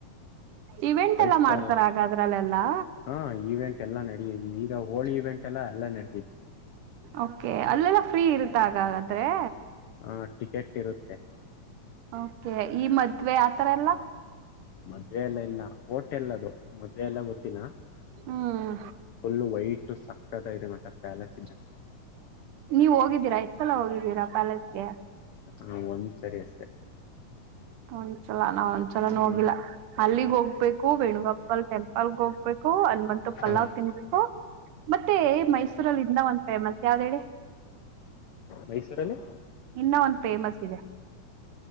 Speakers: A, on the right; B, on the left.
A: ಇವೆಂಟ್
B: ಫೈವ್
A: ಎಲ್ಲಾ
B: ಸ್ಟಾರ್
A: ಮಾಡ್ತಾರ ಹಾಗಾದ್ರಲ್ಲೆಲ್ಲಾ
B: ಹಾ ಈವೆಂಟ್ ಎಲ್ಲ ನಡ ಈಗ ಹೋಳಿ ಇವೆಂಟ್ ಲ್ಲ ಅಲ್ಲೇ ನಡೆದಿದ್ದತ್ತು.
A: ಓಕೆ ಅಲ್ಲೆಲ್ಲ ಫ್ರೀ ಇರುತ್ತೆ ಆಗಾದ್ರೆ.
B: ಹ ಟಿಕೆಟ್ ಇರುತ್ತೆ.
A: ಓಕೆ ಈ ಮದ್ವೆ ಆತರ ಎಲ್ಲ.
B: ಮದ್ವೆ ಎಲ್ಲ ಇಲ್ಲ ಹೋಟೆಲ್ಲ ಅದು ಮದ್ವೆ ಎಲ್ಲ ಗೊತ್ತಿಲ್ಲ.
A: ಹ್ಮ್
B: ಫುಲ್ಲು ವೈಟು ಸಾಕ್ ಸಖತಾಗಿದೆ ಮಾತ್ರ ಪ್ಯಾಲೇಸ್
A: ನೀವ್ ಹೋಗಿದ್ದೀರಾ ಎಷ್ಟ್ ಸಲ ಹೋಗಿದ್ದೀರಾ ಪ್ಯಾಲೇಸ್ಗೆ.
B: ಹಾ ಒಂದ್ ಸರಿ ಅಷ್ಟೆ.
A: ಹೌ ಸಲ ನಾವ್ ಒಂದ್ಸಲನ
B: ಹ
A: ಹೋಗಿಲ್ಲ ಅಲ್ಲಿಗ್ ಹೋಗ್ಬೇಕು ವೇಣುಗಪಲ್ ಟೆಂಪಲ್ಗೆ ಹೋಗ್ಬೇಕು ಅನ್ಬಂತು ಪಲ್ಲಾವ್
B: ಹ
A: ತಿನ್ಬೇಕು ಮತ್ತೆ ಮೈಸೂರಲ್ಲಿ ಇನ್ನ ಒಂದ್ ಫೇಮಸ್ ಯಾವ್ದ ಹೇಳಿ <inaudible>
B: ಮೈಸೂರಲ್ಲಿ
A: ಇನ್ನ ಒಂದ್ ಫೇಮಸ್ ಇದೆ